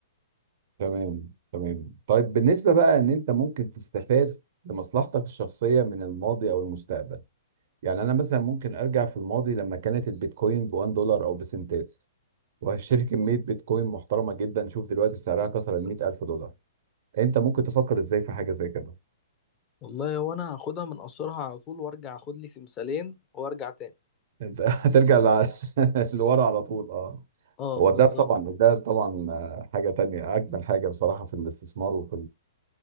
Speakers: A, on the right; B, on the left.
A: تمام تمام طيب بالنسبة بقى ان انت ممكن تستفاد لمصلحتك الشخصية من الماضي او المستقبل يعني انا مثلا ممكن ارجع في الماضي لما كانت البيتكوين ب 1 دولار او بسنتات وهشتري كمية بيتكوين محترمة جدا شوف دلوقتي سعرها كسر ال 100000 الف دولار انت ممكن تفكر ازاي في حاجة زي كده
B: والله هو انا هاخدها من قصرها على طول وارجع اخد لي تمثالين وارجع تاني
A: انت <laughs> هترجع لع- <laughs> لورا على طول اه
B: اه
A: هو
B: بالظبط
A: ده طبعا ده طبعا آه، حاجة تانية اجمل حاجة بصراحة في الاستثمار وفي